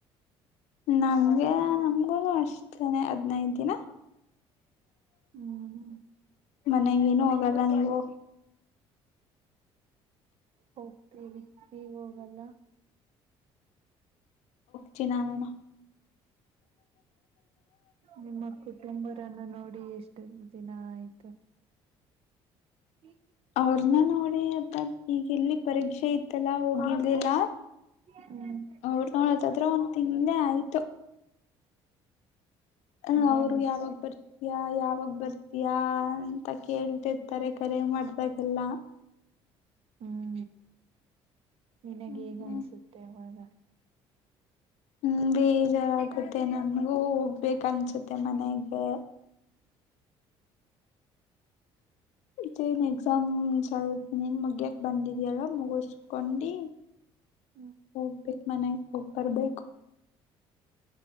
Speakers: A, on the left; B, on the right.
A: ನಮಗೆ ನಮಗ ಅಷ್ಟನೆ ಹದ್ಿನೈದು ದಿನ
B: ಹ್ಮ್
A: ಮನಗ ಏನುೂ ಹೋಗಲ್ಲ ನೀವು
B: ಹೋಗ್ತೀವಿ ನೀವ ಹೋಗಣ
A: ಚೆ ನಾನಣ
B: ನಿಮ್ಮ ಕುಟುಂಬರನ್ನು ನೋಡಿ ಎಷ್ಟು ದಿನ ಆಯ್ತು ಹ್ಮ
A: ಅವ್ರನ್ನ ನೋಡಿ ಆತ ಈಗ ಎಲ್ಲಿ ಪರೀಕ್ಷೆ ಇತ್ತಲ್ಲಾ ಹೋಗಿರ್ದಿಲ್ಲ
B: ಹ್ಮ್
A: ಡ್ ನೋಡದಾದ್ರೆ ಒಂದ್ ತಿಂಗ್ಳೇ ಆಯ್ತು ಹ
B: ತುಂಬಾ
A: ಅವರು
B: ಮಿಸ್
A: ಯಾವಾಗ ಬರ್ತಯ ಯಾವಾಗ ಬರ್ತಯ ಅಂತ ಕೇಳ್ತಿಿರ್ತಾರೆ ಕರೆ ಮಾಡ್ದಾಗೆಲ್ಲ
B: ಹ್ಮ್ ನಿನಗೆ
A: ಹ್ಮ್
B: ಹೇಗ ಅನ್ಸುತ್ತೆ ಅವಾಗ
A: ಹ್ಮ ಬೇಜಾರಗುತ್ತೆ ನನ್ಗೂ ಹೋಗ್ಬೇಕ ಅನ್ಸುತ್ತೆ ಮನೆಗೆ ತ್ತ ಏನ್ ಎಕ್ಸಾಮ್ ಸರ್ ನಿನ್ ಮಗ್ಯಕ ಬಂದಿದ್ಯಲ್ಲ ಮುಗೋಸು ಹಕೊಂಡಿ
B: ಹ್ಮ್
A: ಹೋಗ್ಬೇಕ ಮನೆಗ್ ಹೋಗ್ ಬರ್ಬೇಕು